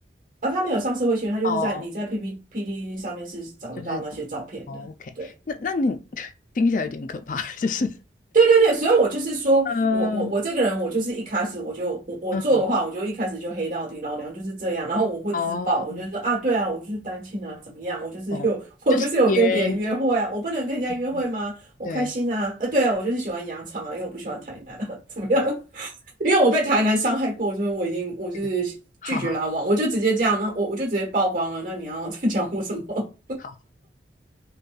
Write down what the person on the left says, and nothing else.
哦哦，
就是找到，哦，OK，
那那你 <laughs> 听起来有点可怕，就是，
嗯
嗯，
哦。
懂，
就是别人，
嗯，
对，
对好
好，